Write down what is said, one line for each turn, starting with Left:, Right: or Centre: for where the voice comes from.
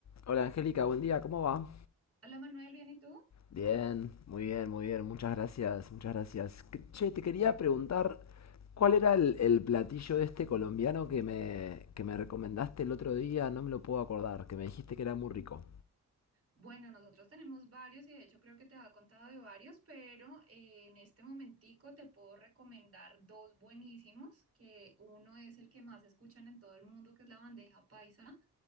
Left: Hola Angélica, buen día, ¿cómo va?
Right: Hola Manuel, ¿bien y tú?
Left: Bien, muy bien, muy bien, muchas gracias, muchas gracias. Que- Che, te quería preguntar, ¿cuál era el, el platillo este colombiano que me, que me recomendaste el otro día? No me lo puedo acordar, que me dijiste que era muy rico.
Right: Bueno, nosotros tenemos varios y de hecho creo que te había contado de varios, pero eh, en este momentico te puedo recomendar dos buenísimos, que uno es el que más escuchan en todo el mundo, que es la bandeja paisa.